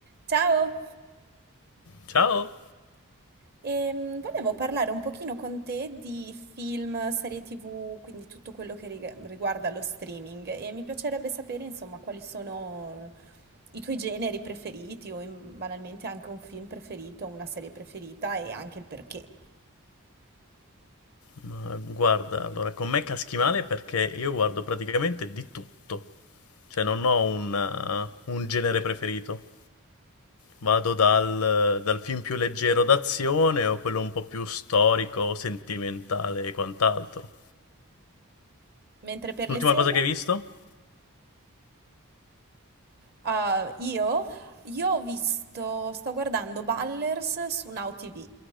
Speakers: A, on the right; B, on the left.
A: Ciao,
B: Ciao,
A: Ehm, volevo parlare un pochino con te di film, serie TV, quindi tutto quello che riga- riguarda lo streaming e mi piacerebbe sapere, insomma, quali sono eh, i tuoi generi preferiti o in- banalmente anche un film preferito, una serie preferita e anche il perché.
B: ma guarda, allora con me caschi male perché io guardo praticamente di tutto, cioè non ho un, eh, un genere preferito. Vado dal, dal film più leggero d'azione o quello un po' più storico, sentimentale e quant'altro.
A: Mentre per
B: L'ultima
A: le serie?
B: cosa che hai visto?
A: Ah, io, io ho visto, sto guardando Ballers su Now TV,